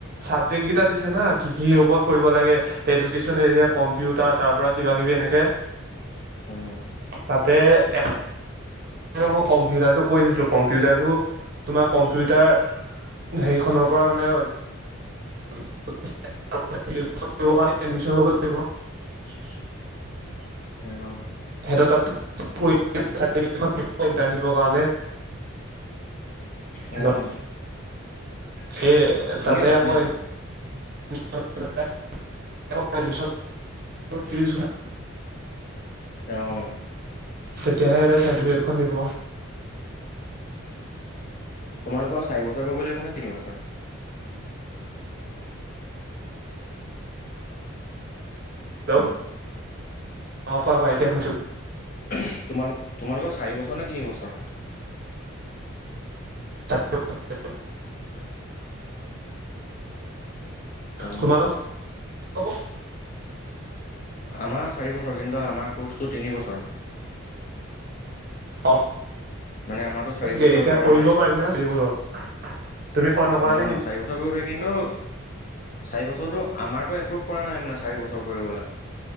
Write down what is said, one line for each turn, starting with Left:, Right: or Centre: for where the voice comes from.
Right: চাবজেক্ট কেইটা দিছে না কি কি ওপৰত কৰিব লাগে এডুকেন এৰিয়া কম্পিউটাৰ তাৰ পৰা কিবা কিবি এনেকে
Left: অঁ
Right: তাতে এটা মই কম্পিউটাৰটো কৈ থৈছোঁ কম্পিউটাৰটো তোমাৰ কম্পিউটাৰ হেৰিখনৰ পৰা মানে ইন্টাশ্বিপ কৰিবৰ কাৰণে এডমিশন লব লাগিব ন।
Left: অঁ
Right: হেতৰ তাত চব কৰিব চাটিফিকেত ইন্টাশ্বিপ কাৰণে। হেল্ল'
Left: উম
Right: সেই
Left: শুনি
Right: তাতে
Left: আছোঁ
Right: আকৌ
Left: শুনি আছোঁ
Right: ি <unintelligible>
Left: অ',,
Right: তেতিয়াহে এতে চাৰ্টিফিকেটখন দিব।
Left: তোমালোকৰ চাৰি বছৰ কৰিব লাগিব নে, তিনিবছৰ।
Right: হেল্ল' অ কোৱা কোৱা এতিয়া শুনিছো।
Left: তোমালোকৰ চাৰি বছৰ নে তিনিবছৰ?
Right: <inaudible>
Left: অঁ
Right: তোমালোক <unintelligible>
Left: আমাৰ চাৰি বছৰ। কিন্তু আমাৰ ক'ৰ্চটো তিনি বছৰ।
Right: অফ
Left: মানে আমাৰতো চাৰি বছৰ
Right: দেৰিকে
Left: কৰা
Right: কৰিব পাৰি না <unintelligible> তুমি কৰা নকৰা
Left: অ'চাৰি
Right: নে কি
Left: বছৰ কৰিব পাৰে কিন্তু, চাৰি বছৰটো আমাৰতো এপ্ৰুভ পৰা নাই মানে চাৰি বছৰ কৰিবলৈ,